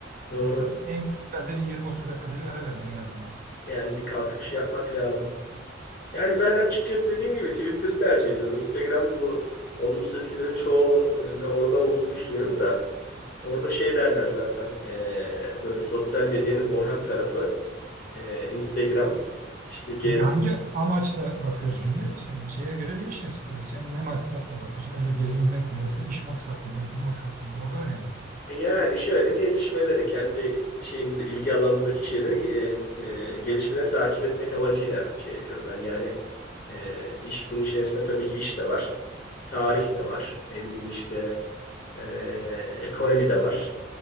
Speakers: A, on the left; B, on the right.
A: Doğru.
B: Yani en güzel herhalde bir 20-30 dakikada bir ara vermek en azından.
A: Yani bir kalkıp şey yapmak lazım. Yani ben açıkçası dediğim gibi Twitter'ı tercih ediyorum. Instagram bu olumsuz etkilerin çoğu e, orada olduğunu düşünüyorum da orada şey derler zaten e, böyle sosyal medyanın bohem tarafı e, Instagram işte gez,
B: Peki hangi amaçla bakıyoruz şimdi? Şimdi şeye göre değişir. Ee, sen ne maksatla bakıyorsun? Öyle gezinmek mi yoksa iş maksatlı mı, eğitim maksatlı mı? O da önemli.
A: Yani şöyle gelişmeleri kendi şeyimizde ilgi alanımızdaki şeyleri e, e, gelişmeleri takip etmek amacıyla şey yapıyorum ben. Yani e, iş bunun içerisinde tabii ki iş de var. Tarih de var. Ne bileyim işte e, ekonomi de var.